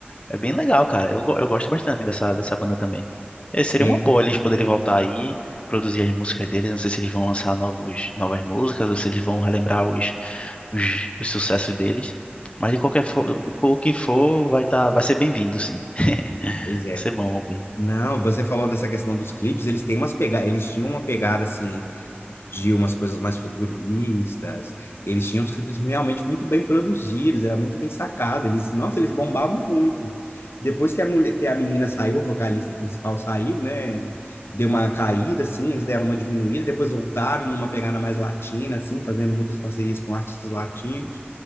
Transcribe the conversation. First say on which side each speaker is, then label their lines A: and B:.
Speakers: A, on the left; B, on the left.
A: é bem legal, cara. Eu, go- eu gosto bastante dessa dessa banda também. Eh, seria
B: É,
A: uma boa eles poderem voltar aí, produzir as músicas deles. Não sei se eles vão lançar novos novas músicas ou se eles vão relembrar os os, os sucessos deles. Mas de qualquer for, o que for, vai tá, vai ser bem-vindo, sim. <laughs>
B: pois é.
A: Vai ser bom ouvir.
B: Não, você falou dessa questão dos clipes, eles têm umas pega, eles tinham uma pegada assim de umas coisas mais futuristas. Eles tinham os clipes realmente muito bem produzidos, era muito bem sacado. Eles, nossa, eles bombavam muito. Depois que a mulher, que a menina saiu, a vocalista principal saiu, né? Deu uma caída assim, eles deram uma diminuída, depois voltaram numa pegada mais latina assim, fazendo muitas parcerias com artistas latinos.